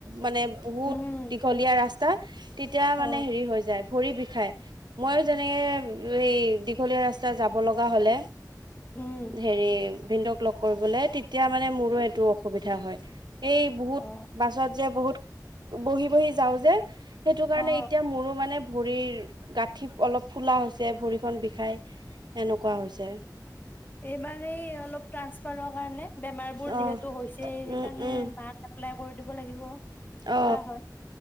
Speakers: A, on the right; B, on the left.
A: মানে বহুত
B: উম
A: দীঘলীয়া ৰাস্তা তেতিয়া
B: অ
A: মানে হেৰী হৈ যাই। বিষায় মইো যেনেকে এই দীঘলীয়া ৰাস্তা যাব লগা হলে
B: উম
A: হেৰি ভ <unintelligible> লগ কৰিবলৈ এতিয়া মানে মোৰো এইটো অসুবিধা হয় এই বহুত
B: অ
A: বাছত যে বহুত বহি বহি যাওঁ যে সেইটো কাৰণে
B: অ
A: এতিয়া মোৰো মানে ভৰিৰ গাঁঠীৰ অলপ ফুলা হৈছে ভৰিখন বিষাই এনেকুৱা হৈছে। যে
B: এই বাৰ এই অলপ টেনচফাৰ কাৰনে বেমাৰ বোৰ যিহেতু
A: অ
B: হৈছে সেই
A: উম
B: কাৰনে
A: উম
B: মাক এপ্লাই কৰি দিব লাগিব
A: অ
B: কিবা হয়।